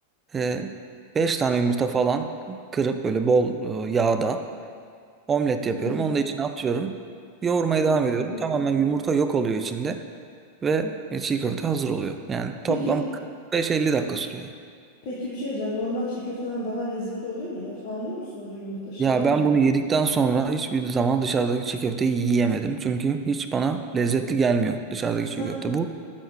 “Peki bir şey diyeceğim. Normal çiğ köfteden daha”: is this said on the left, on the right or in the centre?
Left